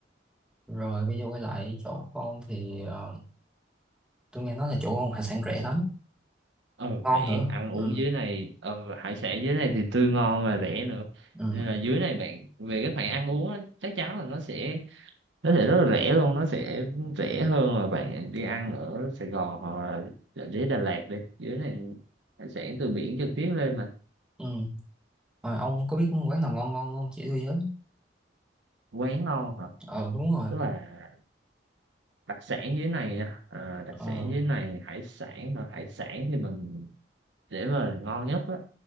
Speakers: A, in the centre; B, on the right.
A: rồi bây giờ quay lại chỗ ông thì ờ, tôi nghe nói là chỗ ông hải sản rẻ lắm
B: ờ
A: ngon
B: rẻ
A: nữa
B: ăn
A: ừ
B: uống dưới này ờ, hải sản dưới này thì tươi ngon và rẻ nữa
A: ừ
B: nên là dưới này bạn về các bạn ăn uống á, chắc chắn là nó sẽ nó sẽ rất là rẻ luôn nó sẽ rẻ hơn là bạn đi ăn ở Sài Gòn hoặc là ở dưới Đà Lạt đi dưới này hải sản từ biển trực tiếp lên mà
A: ừ rồi ông có biết quán nào ngon ngon không chỉ tôi với
B: quán ngon hả
A: ờ đúng rồi
B: tức là đặc sản dưới này nha. à, đặc
A: ờ
B: sản dưới này hải sản hả? hải sản thì mình để mà ngon nhất á